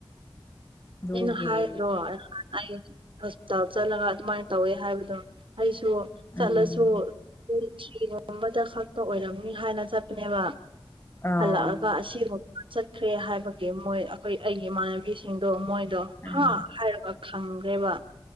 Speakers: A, on the left; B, on the right.
A: ꯑꯗꯨꯒꯤ
B: ꯑꯩꯅ ꯍꯥꯏꯗ꯭ꯔꯣ ꯑꯩ ꯍꯣꯁꯄꯤꯇꯥꯜ ꯆꯠꯂꯒ ꯑꯗꯨꯃꯥꯏꯅ ꯇꯧꯋꯦ ꯍꯥꯏꯕꯗꯣ ꯑꯩꯁꯨ ꯆꯠꯂꯁꯨ
A: ꯎꯝ
B: ꯄꯨꯡ ꯊꯤꯔ ꯑꯃꯇ ꯈꯛꯇ ꯑꯣꯏꯔꯝꯅꯤ ꯍꯥꯏꯅ ꯆꯠꯄꯅꯦꯕ
A: ꯑꯥ
B: ꯍꯜꯂꯛꯑꯒ ꯑꯁꯤꯒꯨꯝ ꯆꯠꯈ꯭ꯔꯦ ꯍꯥꯏꯕꯒꯤ ꯃꯣꯏ ꯑꯩꯈꯣꯏ ꯑꯩꯒꯤ ꯏꯃꯥꯟꯅꯕꯤꯁꯤꯡꯗꯣ ꯃꯣꯏ ꯗꯣ
A: ꯎꯝ
B: ꯍꯥ ꯍꯥꯏꯔꯒ ꯈꯪꯈ꯭ꯔꯦꯕ